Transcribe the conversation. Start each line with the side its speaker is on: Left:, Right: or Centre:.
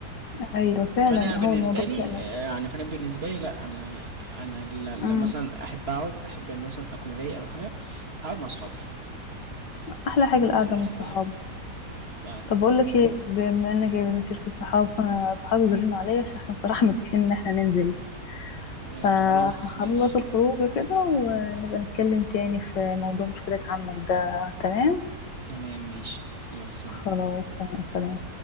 Left: ايوه فعلا
Right: انا بالنسبه
Left: هو الموضوع
Right: لي
Left: فعلا
Right: آه، يعني فانا بالنسبه لي لا انا انا ل-
Left: امم
Right: لما مثلا احب اقعد احب ان مثلا اكون رايق او حاجه اقعد مع اصحابي
Left: احلى
Right: من
Left: حاجه القعده
Right: الاخر
Left: مع الصحاب
Right: يعني يعني
Left: طب اقول لك ايه بما انك جايبه سيره الصحاب فانا اصحابي بيرنوا عليا عشان احنا الصراحه متفقين ان احنا ننزل
Right: آه،
Left: فهخلص
Right: خلاص ماشي
Left: الخروج كده ونبقى نتكلم تاني في موضوع مشكله عمك ده تمام
Right: تمام ماشي يلا سلام
Left: خلاص تمام سلام